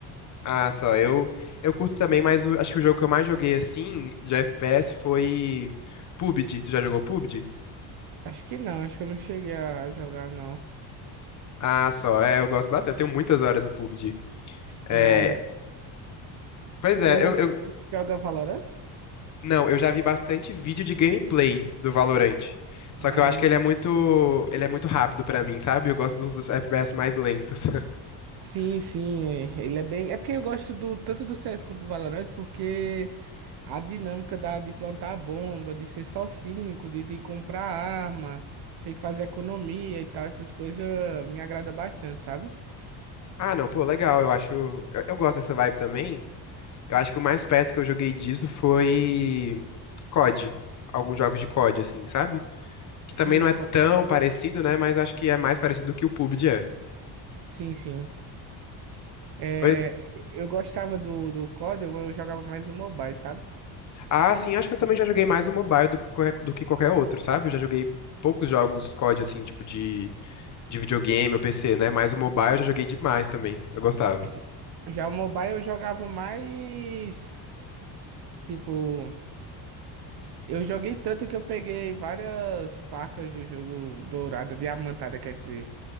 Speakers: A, on the left; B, on the right.
A: Ah, só, eu eu curto também, mas o- acho que o jogo que eu mais joguei assim de FPS foi PUBG. Tu já jogou PUBG?
B: Acho que não, acho que eu não cheguei a jogar, não.
A: Ah, só, é, eu gosto bastante. Eu tenho muitas horas no PUBG. É,
B: Da hora.
A: pois é,
B: Tu
A: eu, eu
B: joga Valorant?
A: não, eu já vi bastante vídeo de gameplay do Valorant.
B: Mas
A: Só que eu acho
B: não
A: que ele
B: jogo,
A: é muito
B: não.
A: ele é muito rápido pra mim, sabe? Eu gosto de uns FPS mais lentos. <laughs>
B: Sim, sim, é- ele é bem. É porque eu gosto do, tanto do CS quanto do Valorant, porque a dinâmica da, de plantar a bomba, de ser só cinco, de, de comprar arma, tem que fazer economia e tal, essas coisas me agrada bastante, sabe?
A: Ah, não, pô, legal. Eu acho. Eu, eu gosto dessa vibe também. Eu acho que o mais perto que eu joguei disso foi COD. Alguns jogos de COD, assim, sabe?
B: Sim,
A: Que também não é
B: COD.
A: tão parecido, né? Mas acho que é mais parecido do que o PUBG é.
B: Sim, sim. É,
A: Pois.
B: eu gostava do, do COD, eu eu jogava mais o mobile, sabe?
A: Ah, sim, acho que eu também já joguei mais no mobile do que, qualquer- do que qualquer outro, sabe? Eu já joguei poucos jogos COD, assim, tipo de, de videogame ou PC, né? Mas o mobile eu já joguei demais também. Eu gostava.
B: J- Já o mobile eu jogava mais. Tipo, eu joguei tanto que eu peguei várias facas do jogo dourada, diamantada, quer dizer,